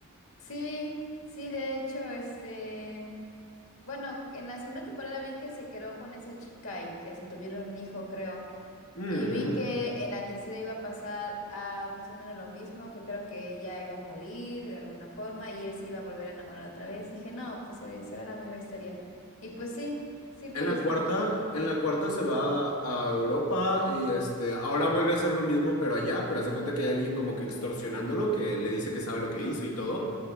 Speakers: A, on the left; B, on the left.
A: Sí, sí, de hecho, este, en- bueno, en la segunda temporada vi que se quedó con esa chica y que hasta tuvieron un hijo, creo.
B: Mm. mm.
A: Y vi que en la tercera iba a pasar a más o menos lo mismo, que creo que ella iba a morir de alguna forma y él se iba a volver a enamorar otra vez. Dije, no, pues eh, será la misma historia. Y pues sí, sí, por
B: En la
A: eso
B: cuarta,
A: no.
B: en la cuarta se va a Europa y este, ahora vuelve a hacer lo mismo, pero allá, pero hace cuenta que hay alguien como que extorsionándolo, que le dice que sabe lo que hizo y todo.